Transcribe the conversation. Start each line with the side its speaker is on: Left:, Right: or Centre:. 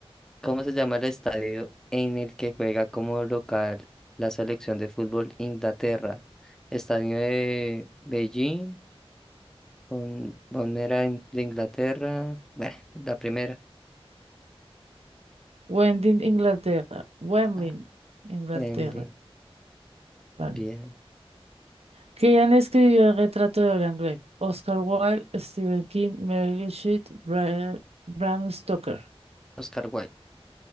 Centre: ¿Cómo se llama el estadio en el que juega como local la selección de fútbol Inglaterra? ¿Estadio de Beijing? ¿Bon- ¿Bombonera in- de Inglaterra? Bueno, la primera.
Right: Wendy, Inglaterra. Wendy,
Centre: Ah,
Right: Inglaterra.
Centre: Wembley.
Right: Vale.
Centre: Bien.
Right: ¿Quién escribió el retrato de Dorian Gray? Oscar Wilde, Stephen King, Mary Shelley, Bra- Bram Stoker.
Centre: Oscar Wilde.